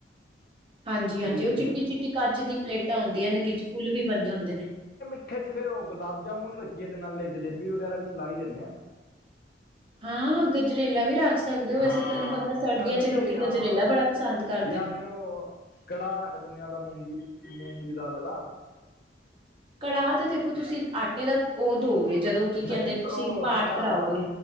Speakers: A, on the right; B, on the left.
A: ਹਾਂਜੀ, ਹਾਂਜੀ
B: ਹੁੰਦੀ
A: ਉਹ ਚਿੱਟੀ-ਚਿੱਟੀ
B: ਹੈ
A: ਕੱਚ ਦੀ ਪਲੇਟਾਂ ਹੁੰਦੀਆਂ ਨੇ ਵਿੱਚ ਫੁੱਲ ਵੀ ਬੰਨੇ ਹੁੰਦੇ ਨੇ।
B: ਪੱਠੇ ਚ ਫਿਰ ਉਹ ਗੁਲਾਬ-ਜਾਮੁਨ ਰੱਖੀਏ ਤੇ ਨਾਲੇ ਜਲੇਬੀ ਵਗੈਰਾ ਵੀ ਚਲਾ ਹੀ ਦਿੰਦੇ ਹਾਂ।
A: ਹਾਂ--ਗ ਗਜਰੇਲਾ ਵੀ ਰੱਖ ਸਕਦੇ ਹੋ। ਵੈਸੇ
B: ਹਾਂ
A: ਤੁਹਨੂੰ ਪਤਾ ਸਰਦੀਆਂ
B: ਸਰਦੀ
A: ਚ ਲੋਕ
B: ਏ ਹਾਂ
A: ਗਜਰੇਲਾ ਬੜਾ ਪਸੰਦ ਕਰਦੇ
B: ਜਾਂ
A: ਨੇ।
B: ਫਿਰ ਉਹ ਕੜਾਹ ਰੱਖ ਦਿੰਨ ਆ, ਉਹਦਾ ਮੂੰਗੀ, ਮੂੰਗ ਦੀ ਦਾਲ ਵਾਲਾ।
A: ਕੜਾਹ ਤੇ ਦੇਖੋ ਤੁਸੀਂ ਆਟੇ ਦਾ ਉਹ ਦੋਗੇ ਜਦੋਂ ਕੀ
B: ਨਹੀਂ
A: ਕਹਿੰਦੇ-ਤੁਸੀਂ
B: ਉਹ
A: ਪਾਠ
B: ਹਲਵਾ
A: ਕਰਾਓਗੇ।
B: ਹਲਵਾ